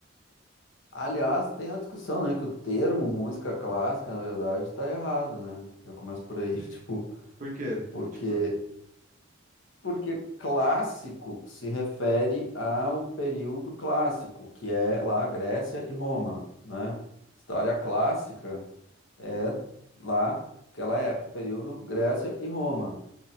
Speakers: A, on the left (about 75°); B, on the right (about 40°).
A: aliás, tem a discussão, né, que o termo música clássica, na verdade, tá errado, né? Já começa por aí, <laughs> tipo,
B: Por quê?
A: porque
B: Tipo,
A: porque clássico se refere ao período clássico, que é lá a Grécia e Roma, né? História clássica é lá, aquela é período Grécia e Roma,